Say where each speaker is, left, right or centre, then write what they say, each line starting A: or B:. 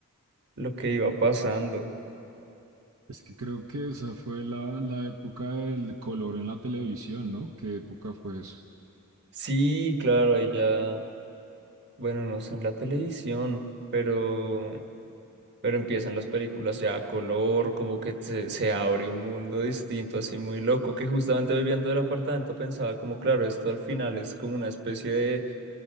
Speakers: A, on the right (about 50°); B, on the right (about 65°).
A: lo que iba pasando.
B: Es que creo que esa fue la, la época del color en la televisión, ¿no? ¿Qué época fue eso?
A: Sí, claro, ahí ya, bueno, no sé en la televisión, pero, pero empiezan las películas ya a color, como que se, se abre un mundo distinto, así muy loco, que justamente hoy viendo el apartamento pensaba como, claro, esto al final es como una especie de,